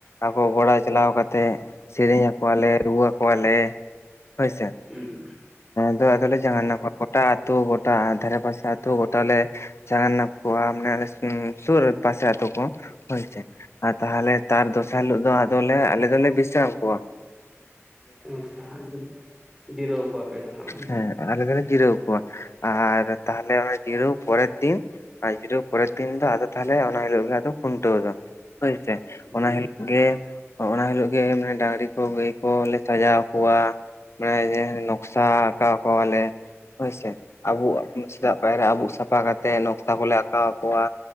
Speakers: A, on the left; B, in the centre.
A: ᱟᱠᱚ ᱜᱚᱲᱟ ᱪᱟᱞᱟᱣ ᱠᱟᱛᱮᱜ ᱥᱮᱨᱮᱧ ᱟᱠᱚᱣᱟᱞᱮ ᱨᱩᱣ ᱟᱠᱚᱣᱟᱞᱮ ᱦᱳᱭᱥᱮ,
B: ᱦᱩᱸ
A: ᱫᱚ ᱟᱫᱚᱞᱮ ᱡᱟᱜᱟᱱᱟ ᱠᱚᱣᱟ ᱜᱚᱴᱟ ᱟᱹᱛᱩᱳ ᱜᱚᱴᱟ ᱟ ᱫᱷᱟᱨᱮ ᱯᱟᱥᱮ ᱛᱚ, ᱜᱚᱴᱟ ᱞᱮ ᱪᱟᱱᱟᱱᱟᱢᱠᱚᱣᱟ, ᱢᱟᱱᱮ, ᱥᱩᱨ ᱯᱟᱥᱮᱛ ᱟᱹᱛᱩ ᱠᱚ ᱦᱳᱭ ᱥᱮ, ᱟᱨ ᱛᱟᱦᱚᱞᱮ, ᱛᱟᱨ ᱫᱚᱥᱟᱨ ᱦᱤᱞᱳᱜ ᱫᱚ, ᱟᱞᱮ, ᱟᱞᱮ ᱫᱚᱞᱮ, ᱵᱤᱥᱟᱢ ᱠᱚᱣᱟ ᱾
B: ᱟᱪᱪᱷᱟ, <inaudible> ᱡᱤᱨᱟᱹᱣ ᱠᱚᱣᱟ ᱯᱮ ᱮᱨᱨ ᱦᱜ
A: ᱦᱮᱸ ᱟᱞᱮ ᱫᱚᱞᱮ, ᱡᱤᱨᱟᱹᱣ ᱠᱚᱣᱟ, ᱟᱨ ᱛᱟᱦᱞᱮ, ᱚᱱᱟ ᱡᱤᱨᱟᱹᱣ ᱯᱚᱨᱮᱨ, ᱫᱤᱱ ᱟᱼ ᱡᱤᱨᱟᱹᱣ ᱯᱚᱨᱮᱨ ᱫᱤᱱ ᱫᱚ, ᱟᱫᱚ, ᱛᱟᱦᱞᱮ ᱚᱱᱟ ᱦᱤᱞᱳᱜ ᱜᱮ, ᱟᱫᱚ, ᱠᱷᱩᱱᱴᱟᱹᱣ ᱫᱚ ᱾ ᱦᱚᱭ ᱥᱮ,
B: ᱦᱟᱸᱜ
A: ᱚᱱᱟ ᱦᱤᱞᱳᱜ ᱜᱮ ᱚᱱᱟ ᱦᱤᱞᱳᱜ ᱜᱮ, ᱰᱟᱝᱨᱤ ᱠᱚ, ᱜᱟᱹᱭ ᱠᱚᱞᱮ, ᱥᱟᱡᱟᱣ ᱠᱚᱣᱟ, ᱢᱟᱱᱮ ᱥᱟ ᱠᱟᱣ, ᱠᱚᱣᱟᱞᱮ, ᱦᱚᱭ ᱥᱮ, ᱟᱵᱩᱣᱟᱜ, ᱪᱮᱫᱟᱜ? ᱯᱟᱭᱨᱟ ᱟᱵᱩᱜ ᱥᱟᱯᱷᱟ ᱠᱟᱛᱮᱫ, ᱱᱚᱠᱥᱷᱟ ᱠᱚᱞᱮ, ᱟᱸᱠᱟᱸᱠᱟᱣ ᱟᱠᱚᱣᱟ,